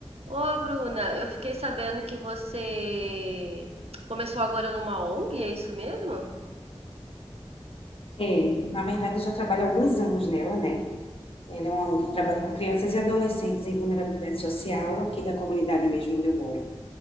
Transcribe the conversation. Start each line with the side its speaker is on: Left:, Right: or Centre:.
Right: Ô, Bruna, eu fiquei sabendo que você começou agora numa ONG, é isso mesmo?
Left: É, na verdade, eu já trabalho há alguns anos nela, né? Ela é uma ONG que trabalha com crianças e adolescentes em vulnerabilidade social aqui da comunidade mesmo onde eu moro.